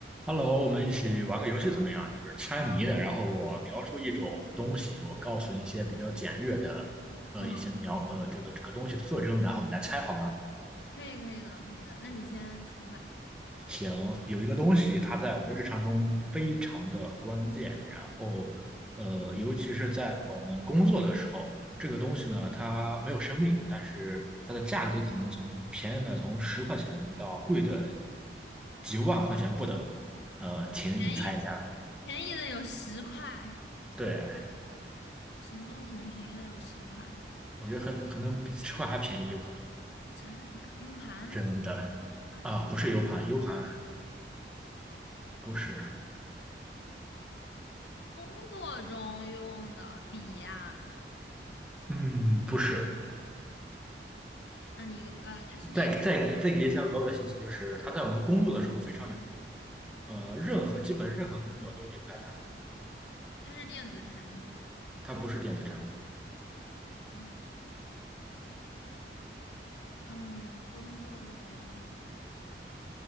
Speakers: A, in the centre; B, on the left.
A: Hello，我们一起玩个游戏怎么样？就是猜谜的，
B: 啊，好
A: 然后我描述一种东西，我告诉你一些比较简略的，呃，
B: 嗯，
A: 一些描呃这个这个东西的特征，然后你来猜好吗？
B: 可以可以的，可以的，那你先出吧。
A: 行，有一个东西，它在我们的日常中非常的关键，然后呃，
B: 嗯，
A: 尤其是在我们工作的时候，这个东西呢，它没有生命，但是它的价格可能从便宜的从十块钱到贵的几万块钱不等。呃，请你猜一下。
B: 便宜便宜的有十块，
A: 对，
B: 什么东西能便宜的有十块？
A: 我觉得可能可能比吃块还便宜，有可能
B: 真的假？U 盘
A: 真的啊，
B: 啊，
A: 不是 U 盘，U 盘不是，
B: 工作中用的笔呀、
A: 嗯，不是。
B: 啊，你呃，它是电子，
A: 再再再给一下额外的信息，就是它在我们工作的时候非常有用，呃，任何基本任何工作都离不开它，
B: 它是电子产品吗？
A: 它不是电子产品。
B: 啊，嗯，工作的时候离不开